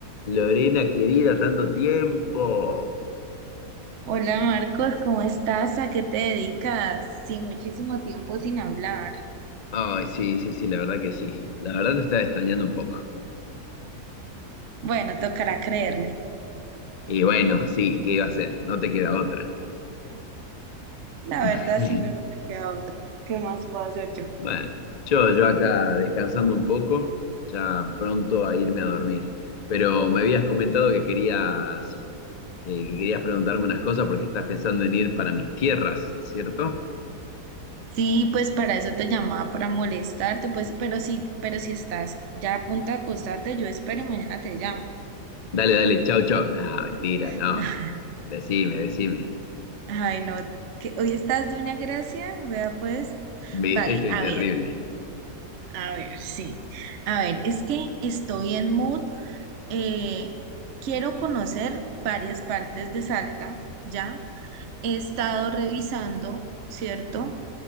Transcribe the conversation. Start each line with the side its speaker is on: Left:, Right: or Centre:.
Left: Lorena querida, tanto tiempo.
Right: Hola Marcos, ¿cómo estás? ¿A qué te dedicas? Sí, muchísimo tiempo sin hablar.
Left: Ay, sí, sí, sí, la verdad que sí. La verdad te estaba extrañando un poco.
Right: Bueno, tocará creerle.
Left: Y bueno, sí, ¿qué iba a hacer? No te queda otra.
Right: La
Left: <laughs>
Right: verdad, si no, no me queda otra. ¿Qué más puedo hacer yo?
Left: Bueno, yo, yo acá descansando un poco, ya pronto a irme a dormir. Pero me habías comentado que querías, eh, que querías preguntarme unas cosas porque estás pensando en ir para mis tierras, ¿cierto?
Right: Sí, pues para eso te llamaba, para molestarte, pues, pero sí, pero si estás ya a punto de acostarte, yo espero y mañana te llamo.
Left: Dale, dale, chau, chau. No, mentira,
Right: <laughs>
Left: no. Decime, decime.
Right: Ay, no, que hoy estás de una gracia, vea pues.
Left: Viste,
Right: Vale,
Left: estoy
Right: a
Left: terrible.
Right: ver, a ver, sí. A ver, es que estoy en mood eh, quiero conocer varias partes de Salta, ¿ya? He estado revisando, ¿cierto?